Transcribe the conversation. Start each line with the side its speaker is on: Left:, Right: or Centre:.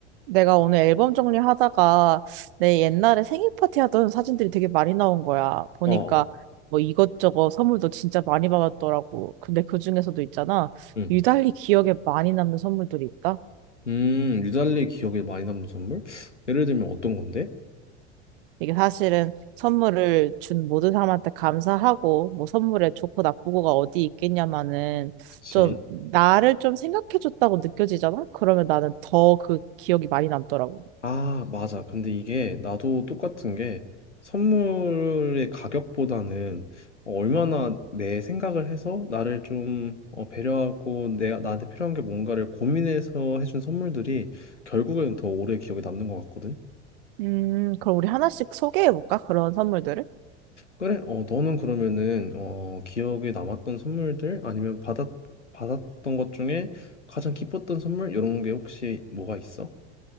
Right: 내가 오늘 앨범 정리하다가 내 옛날에 생일 파티 하던 사진들이 되게 많이 나온 거야. 보니까
Left: 어, 어.
Right: 뭐 이것저것 선물도 진짜 많이 받았더라고. 근데 그중에서도 있잖아.
Left: 응.
Right: 유달리 기억에 많이 남는 선물들이 있다.
Left: 음, 유달리 기억에 많이 남는 선물? 예를 들면 어떤 건데?
Right: 이게 사실은 선물을 준 모든 사람한테 감사하고 뭐 선물에 좋고 나쁘고가 어디 있겠냐마는
Left: 그치.
Right: 좀 나를 좀 생각해줬다고 느껴지잖아. 그러면 나는 더 그 기억이 많이 남더라고.
Left: 아, 맞아. 근데 이게 나도 똑같은 게 선물의 가격보다는 얼마나 내 생각을 해서 나를 좀 어, 배려하고 내가 나한테 필요한 게 뭔가를 고민해서 해준 선물들이 결국에는 더 오래 기억에 남는 것 같거든.
Right: 음, 그럼 우리 하나씩 소개해볼까? 그런 선물들을?
Left: 그래, 어, 너는 그러면은, 어, 기억에 남았던 선물들 아니면 받았, 받았던 것 중에 가장 기뻤던 선물? 이런 게 혹시 뭐가 있어?